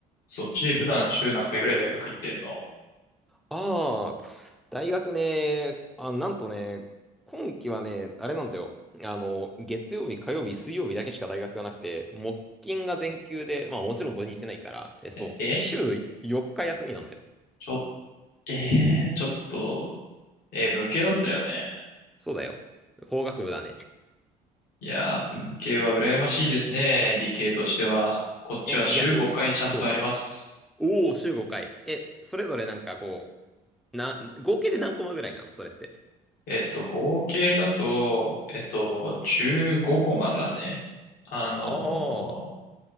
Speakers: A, on the left; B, in the centre.
A: そっち普段週何回ぐらい大学行ってんの
B: ああ、大学ね、あ、なんとね、今期はね、あれなんだよ。あの、月曜日、火曜日、水曜日だけしか大学がなくて、木金が全休で、まあもちろん土日ないから、え、そう、
A: え
B: 週4日休みなんだよ。
A: ちょ、えー、ちょっと、えー文系だったよね。
B: そうだよ。法学部だね。
A: いやー、文系は羨ましいですね。理系としては。こっちは週5回ちゃんとあります。
B: え、逆に、そう、おお、週5回。え、それぞれなんかこう、な、合計で何コマぐらいなのそれって。
A: えっと、合計だと、えっと、15コマだね。あのー
B: ああ。